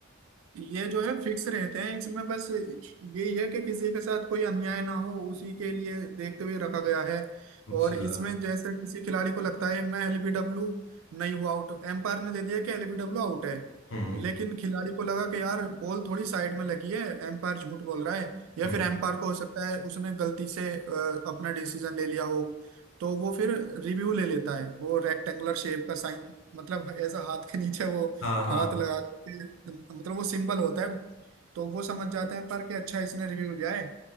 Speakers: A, on the right (about 85°); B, on the left (about 75°).
A: ये जो है फिक्स रहते हैं इसमें बस यही है कि किसी के साथ कोई अन्याय ना हो उसी के लिए देखते हुए रखा गया है
B: अच्छा
A: और इसमें जैसे किसी खिलाड़ी को लगता है मैं एलबीडब्ल्यू नहीं हुआ आउट एम्पायर ने दे दिया कि एलबीडब्ल्यू आउट है
B: हम्म
A: लेकिन खिलाड़ी को लगा कि यार बॉल थोड़ी साइड में लगी है एम्पायर झूठ बोल रहा है या
B: हम्म
A: फिर एम्पायर को हो सकता है उसने गलती से अ, अपना डिसीजन ले लिया हो तो वो फिर रिव्यू ले लेता है वो रेक्टेंगुलर शेप का साइन मतलब ऐसा हाथ के नीचे वो
B: हाँ हाँ
A: हाथ लगा करके मतलब वो सिंबल होता है तो वो समझ जाते हैं पर कि अच्छा इसने रिव्यू दिया है